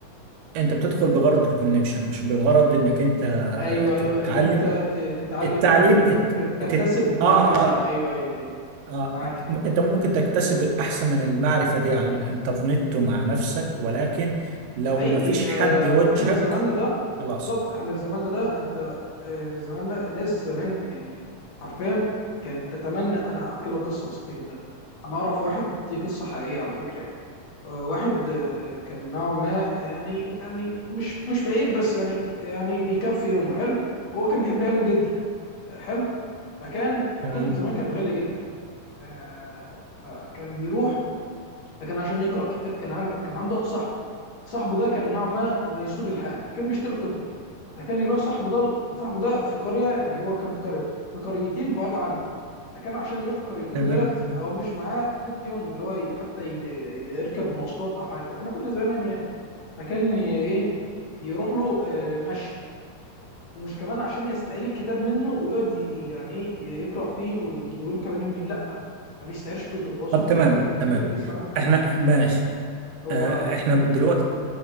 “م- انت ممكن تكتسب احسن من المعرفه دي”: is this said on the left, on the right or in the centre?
Right